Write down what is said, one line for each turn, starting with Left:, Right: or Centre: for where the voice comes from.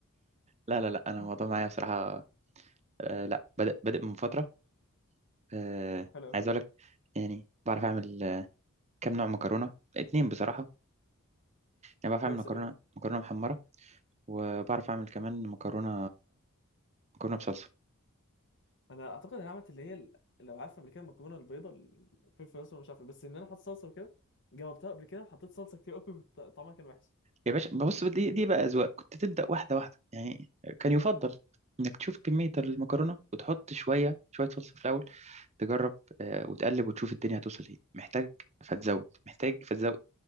Right: لا لا لا انا
Left: <laughs>
Right: الموضوع معايا بصراحه آه، لا بادئ بادئ من فتره آه،
Left: حلو قوي
Right: عايز اقول لك يعني بعرف اعمل آه، كام نوع مكرونه اتنين بصراحه يعني بعرف اعمل
Left: كويس
Right: مكرونه
Left: قوي
Right: مكرونه محمره وبعرف اعمل كمان مكرونه مكرونه بصلصه
Left: انا اعتقد ان عملت اللي هي ال- لو عارفه قبل كده المكرونه البيضاء الفلفل الاسود مش عارف إيه، بس ان انا احط صلصه وكده جاوبتها قبل كده وحطيت صلصه كتير قوي <laughs> طعمها كان وحش
Right: يا باشا بص دي دي بقى أذواق كنت تبدأ واحدة واحدة يعني كان يفضل إنك تشوف كمية المكرونة وتحط شوية شوية صلصة في الأول تجرب آه، وتقلب وتشوف الدنيا هتوصل إيه محتاج فتزود محتاج فتزود